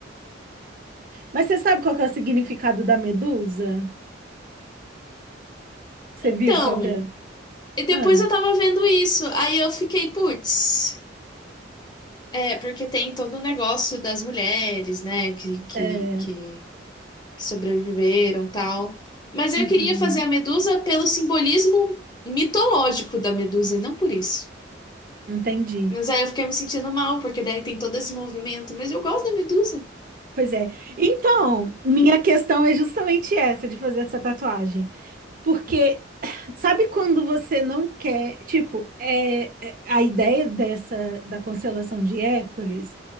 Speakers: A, on the right (about 45°); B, on the left (about 20°).
A: Mas você sabe qual que é o significado da medusa? Você viu
B: Então,
A: qual que é?
B: e depois
A: Ah,
B: eu tava vendo isso. Aí eu fiquei, putz. É, porque tem todo o negócio das mulheres, né, que, que,
A: é.
B: que, que sobreviveram e tal. Mas eu
A: Uhum,
B: queria fazer a Medusa pelo simbolismo mitológico da Medusa, e não por isso.
A: entendi.
B: Mas aí eu fiquei me sentindo mal, porque daí tem todo esse movimento. Mas eu gosto da Medusa.
A: Pois é. Então, minha questão é justamente essa de fazer essa tatuagem. Porque sabe quando você não quer, tipo, é, é- a ideia dessa da constelação de Hércules